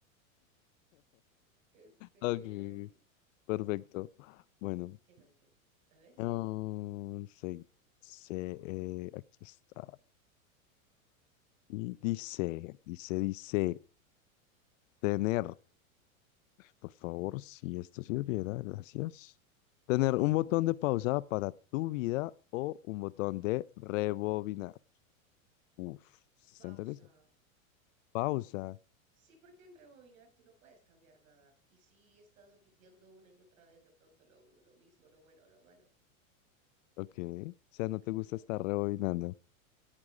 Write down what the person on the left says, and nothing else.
Ok,
perfecto. Bueno,
oh,
sí, sí, eh, aquí está. Y dice, dice, dice, tener, por favor, si esto sirviera, gracias. Tener un botón de pausa para tu vida o un botón de rebobinar. Uf, está
interesante. Pausa.
Ok, o sea,
no
te gusta
estar rebobinando.